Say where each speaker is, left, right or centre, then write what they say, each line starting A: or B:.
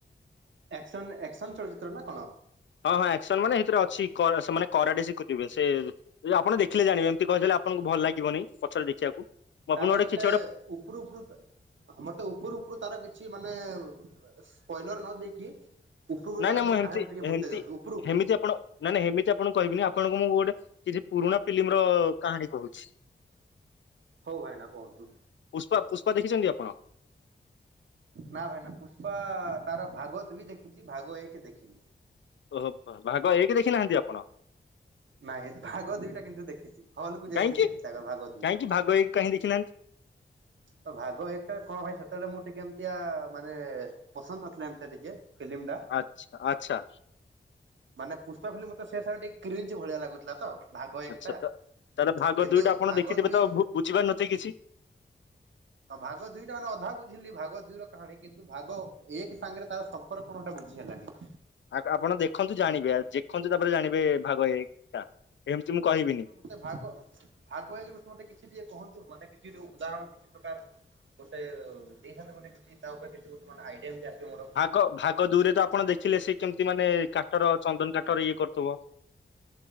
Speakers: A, on the right; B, on the left.
A: ଆସ୍କନ ଆକ୍ସନ ଚଳଚ୍ଚିତ୍ର ନାକଣ।
B: ହଁ ହଁ ଆକ୍ସନ ମାନେ ସେଇଥିରେ ଅଛି କ ସେ ମାନେ କରାଡି ଶିଖୁଥିବେ ସେ ଯ ଆପଣ ଦେଖିଲେ ଜାଣିବେ ଏମତି କହିଦେଲେ ଆପଣଙ୍କୁ ଭଲ ଲାଗିବନି ପଛରେ ଦେଖିବାକୁ। ମୁଁ ଆପଣଙ୍କୁ
A: ତାହେଲେ
B: ଗୋଟେ
A: ମୋତେ
B: କିଛି ଗୋଟେ
A: ଉପୁରୁ ଉପୁରୁ ତ ମତେ ଉପୁରୁ ଉପୁରୁ ତାର କିଛି ମାନେ ସ୍ପଏଲର ନ ଦେଇକି ଉପୁରୁ କୁ
B: ନାଇଁ
A: ତାର
B: ନାଇଁ ମୁଁ
A: ଟିକେ
B: ହେମିତି
A: କାହାଣି ଟେ
B: ହେମିତି
A: ବତେଇ ଦିଅନ୍ତୁ ଉପୁରୁ ଉପୁରୁ।
B: ହେମିତି ଆପଣ ନାଇଁ ନାଇଁ ହେମିତି ଆପଣ କହିବିନି ଆପଣଙ୍କୁ ମୁଁ ଗୋଟେ କିଛି ପୁରୁଣା ଫିଲ୍ମ ର କାହାଣୀ କହୁଛି।
A: ହଉ ଭାଇନା କୁହନ୍ତୁ।
B: ପୁଷ୍ପା ପୁଷ୍ପା ଦେଖିଚନ୍ତି ଆପଣ?
A: ନା ଭାଇନା ପୁଷ୍ପା ତାର ଭାଗ ଦୁଇ ଦେଖିଚି ଭାଗ ଏକ ଦେଖିନି।
B: ଓହୋ ଭାଗ ଏକେ ଦେଖି ନାହାନ୍ତି ଆପଣ?
A: ନାହି ଭାଗ ଦୁଇଟା କିନ୍ତୁ ଦେଖିଚି ହଲକୁୁ ଯାଇଥିଲି
B: କାହିଁକି
A: ଦେଖି ତା ଭାଗ ଦୁଇ।
B: କାହିଁକି ଭାଗ ଏକ କାହିଁ ଦେଖିନାହାନ୍ତି?
A: ତ ଭାଗ ଏଟା କଣ ଭାଇ ସେତେବେଳେ ମୁଁ ଟିକେ ଏମିତିଆ ମାନେ ପସନ୍ଦ ନଥିଲା ଏମିତି ଟିକେ ଫିଲ୍ମ ଟା
B: ଆଛା ଆଛା।
A: ମାନେ ପୁଷ୍ପା ଫିଲ୍ମ ମତେ ସେ ସମୟେ ଟିକେ କ୍ରିଜ ଭଳିଆ ଲାଗୁଥିଲା ତ। ଭାଗ ଏକଟା।
B: ଆଚ୍ଛା ତ ତାଲେ ଭାଗ
A: କିନ୍ତୁ
B: ଦୁଇଟା ଆପଣ
A: ଭାଗ
B: ଦେଖିଥିବେ
A: ଦୁଇ
B: ତ ବୁ ବୁଝିପାରି ନଥିବେ କିଛି?
A: ଆଉ ଭାଗ ଦିଇଟା ମାନେ ଅଧା ବୁଝିଲି ଭାଗ ଦୁଇ ର କାହାଣୀ କିନ୍ତୁ ଭାଗ ଏକ ସାଙ୍ଗରେ ତାର ସମ୍ପର୍କ କଣଟା ବୁଝି ହେଲାନି।
B: ଆ ଆପଣ ଦେଖନ୍ତୁ ଜାଣିବେ ଆ ଜେଖନ୍ତୁ ତାପରେ ଜାଣିବେ ଭାଗ ଏକ ଟା ଏମିତି ମୁଁ କହିବିନି।
A: ଆଚ୍ଛା ମତେ ଭାଗ ଭାଗ ଏକ ରୁ ମତେ କିଛି ଟିକେ କୁହନ୍ତୁ ମାନେ କିଛି ଟେ ଉଦାହରଣ କିଛି ପ୍ରକାର ଗୋଟେ ଦେଇଥାନ୍ତେ ଗୋଟେ କିଛି ତା ଉପରେ କିଛି ଗୋଟେ ମାନେ ଆଇଡିଆ ଏମିତି ଆସିବ ମୋର।
B: କ ଭାଗ ଦୁରେ ତ ଆପଣ ଦେଖିଲେ ସେ କେମିତି ମାନେ କାଟର ଚନ୍ଦନ କାଠର ଇଏ କରୁଥିବ।